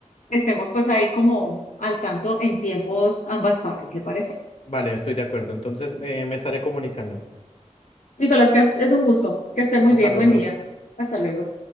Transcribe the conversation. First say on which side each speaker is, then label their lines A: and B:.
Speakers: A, on the left (about 70°); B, on the left (about 50°).
A: estemos pues ahí como al tanto en tiempos ambas partes, ¿le parece?
B: Vale, estoy de acuerdo, entonces eh, me estaré comunicando.
A: Nicolás, que es es un gusto, que esté muy
B: Hasta
A: bien,
B: luego.
A: buen día, hasta luego.